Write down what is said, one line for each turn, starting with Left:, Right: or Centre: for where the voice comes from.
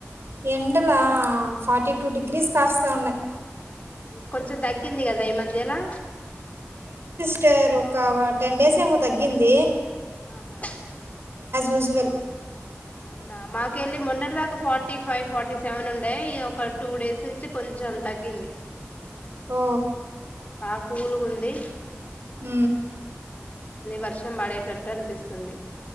Right: ఎండలా ఫార్టీ టూ డిగ్రీస్ కాస్తా ఉన్నాయ్
Left: కొంచెం తగ్గింది కదా ఈ మధ్యలా
Right: అంటారు ఒక టెన్ డేస్ ఏమో తగ్గింది
Left: ఆహా
Right: విజువల్
Left: అవునా మాకెళ్లి మొన్నటి దాకా ఫార్టీ ఫైవ్ ఫార్టీ సెవెన్ ఉండే ఈ ఒక టూ డేస్ నుంచి కొం జామ్ తగ్గింది
Right: ఓ
Left: బా కూలుగుంది
Right: ఊ
Left: వర్షం పడేటట్టు అనిపిస్తుంది